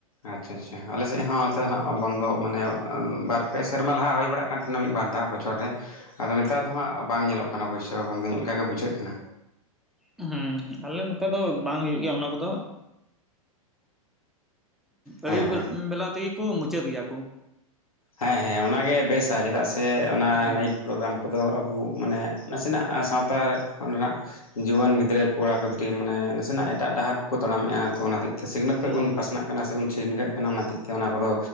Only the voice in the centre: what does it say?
ᱦᱮᱸ ᱟᱞᱮ ᱱᱚᱛᱮ ᱫᱚ ᱵᱟᱝ ᱦᱩᱭᱩᱜ ᱜᱮᱭᱟ ᱚᱱᱟ ᱠᱚᱫᱚ᱾
ᱟᱹᱭᱩᱵ
ᱵᱮ ᱵᱮᱞ-ᱵᱮᱞᱟ ᱛᱮᱜᱮ ᱠᱚ ᱢᱩᱪᱟᱹᱫ ᱜᱮᱭᱟ ᱠᱚ᱾
ᱦᱩᱸ
ᱦᱩᱸ
ᱦᱩᱸ